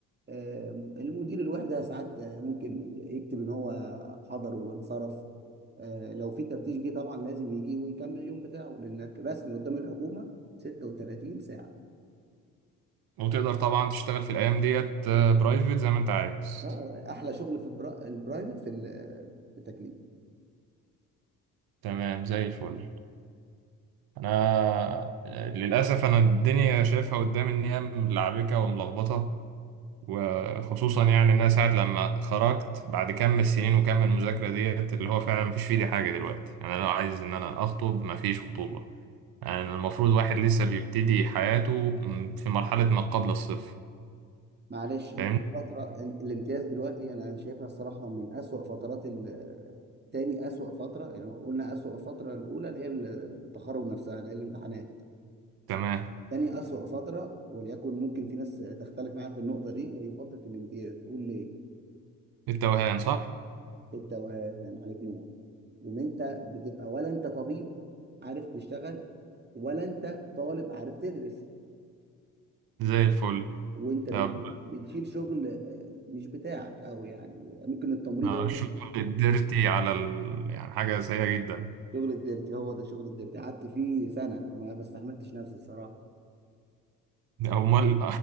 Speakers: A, on the right; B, on the right.
A: آه، المدير الوحدة ساعات آه، ممكن يكتب ان هو حضر وانصرف آه، لو في تفتيش جه طبعا لازم يجي ويكمل اليوم بتاعه لانك رسمي قدام الحكومة 36 ساعة
B: وتقدر طبعا تشتغل في الأيام ديت آه، برايفت زي ما أنت عايز
A: آه، احلى شغل في البرا- البرايفت في ال- في التكليف
B: تمام زي الفل أنا للأسف أنا الدنيا شايفها قدامي إن هي ملعبكة وملخبطة وخصوصا يعني إن أنا ساعة لما خرجت بعد كم السنين وكم المذاكرة ديت اللي هو فعلا مفيش في إيدي حاجة دلوقتي يعني أنا لو عايز إن أنا أخطب مفيش خطوبة يعني المفروض واحد لسه بيبتدي حياته م، في مرحلة ما قبل الصفر
A: معلش انت
B: فاهمني؟
A: فترة الامتياز دلوقتي انا شايفها الصراحة من اسوأ فترات ال- تاني اسوأ فترة يعني قلنا اسوأ فترة الاولى اللي هي ال- التخرج نفسها اللي هي الامتحانات
B: تمام
A: تاني أسوأ فترة وليكن ممكن في ناس تختلف معايا في النقطة دي هي فترة الامتياز قول ليه
B: التوهان صح؟
A: بالتوهان عليك نور لأن أنت بتبقى ولا أنت طبيب عارف تشتغل ولا أنت طالب عارف تدرس
B: زي الفل
A: وأنت
B: طب
A: بت- بتشيل شغل آه، مش بتاعك أوي يعني ممكن التمريض
B: آه،
A: هو
B: الشغل الديرتي على ال... يعني حاجة سيئة جدا
A: شغل الديرتي هو ده شغل الديرتي قعدت فيه سنة ما ما استحملتش نفسي الصراحة
B: أمال